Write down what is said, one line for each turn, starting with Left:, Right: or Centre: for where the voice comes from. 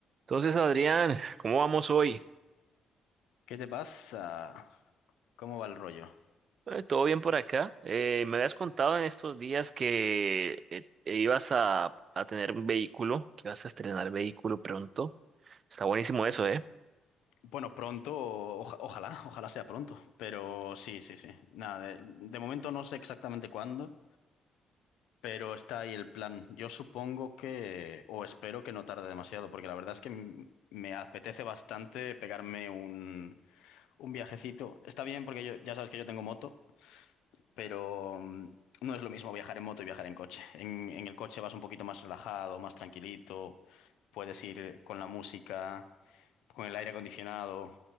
Right: Entonces, Adrián, ¿cómo vamos hoy?
Left: ¿Qué te pasa? ¿Cómo va el rollo?
Right: Eh, ¿todo bien por acá? Eh, me habías contado en estos días que eh, eh, ibas a, a tener un vehículo, que ibas a estrenar vehículo pronto. Está buenísimo eso, ¿eh?
Left: Bueno, pronto, oja- ojalá, ojalá sea pronto, pero sí, sí, sí. Nada, de, de momento no sé exactamente cuándo, pero está ahí el plan. Yo supongo que, o espero que no tarde demasiado, porque la verdad es que m- me apetece bastante pegarme un, un viajecito. Está bien porque yo, ya sabes que yo tengo moto, pero mm, no es lo mismo viajar en moto y viajar en coche. En, en el coche vas un poquito más relajado, más tranquilito, puedes ir con la música. con el aire acondicionado